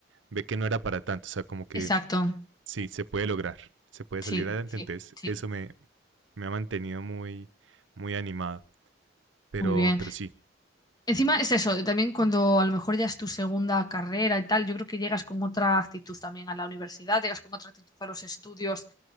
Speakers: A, on the right; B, on the left.
A: ve que no era para tanto, o sea, como que
B: exacto.
A: Sí, se puede lograr, se puede
B: Sí,
A: salir adelante,
B: sí,
A: entonces
B: sí.
A: eso me, me ha mantenido muy, muy animado, pero,
B: Muy bien.
A: pero sí,
B: Encima es eso, también cuando a lo mejor ya es tu segunda carrera y tal, yo creo que llegas con otra actitud también a la universidad, llegas con otra actitud a los estudios.